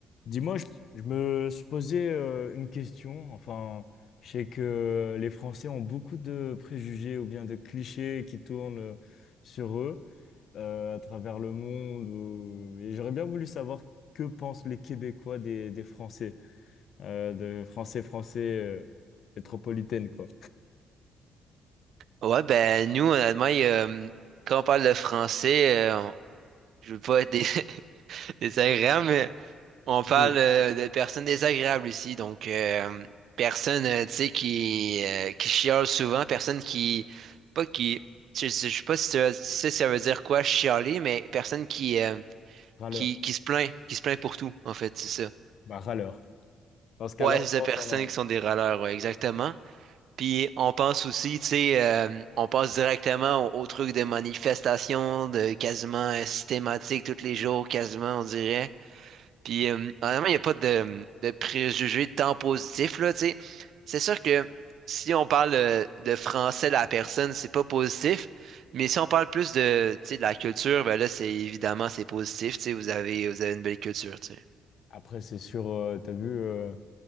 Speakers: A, on the left; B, on the right.
A: Dis-moi, je, je me suis posé euh, une question. Enfin, je sais que les Français ont beaucoup de préjugés ou bien de clichés qui tournent euh, sur eux euh, à travers le monde. ou- Et j'aurais bien voulu savoir que pensent les Québécois des, des Français, euh, de Français français euh, métropolitaine, quoi.
B: Ouais, ben nous, honnêtement, il y a, euh, quand on parle de français, euh, on- je veux pas être dés- <laughs> désagréable, mais on parle
A: Des
B: euh, de personnes désagréables ici. Donc, euh, personne, euh, tu sais, qui, euh, qui chiale souvent, personne qui, pas qui, je, je je sais pas si tu tu sais si ça veut dire quoi, chialer, mais personne qui, euh,
A: râleurs.
B: qui, qui se plaint, qui se plaint pour tout, en fait, c'est ça.
A: Bah, râleurs. Dans ce cas-là,
B: Ouais, c'est
A: on
B: ça,
A: pense
B: personnes
A: en...
B: qui sont des râleurs, ouais, exactement. Puis on pense aussi, tu sais, euh, on passe directement au, au truc de manifestation, de quasiment euh, systématique tous les jours, quasiment, on dirait. Puis euh, honnêtement, il n'y a pas de, de préjugés de temps positif, là, tu sais. C'est sûr que si on parle euh, de français de la personne, c'est pas positif. Mais si on parle plus de, tu sais, de la culture, ben là, c'est évidemment, c'est positif, tu sais, vous avez, vous avez une belle culture, tu sais.
A: Après, c'est sûr, euh, t'as vu. euh,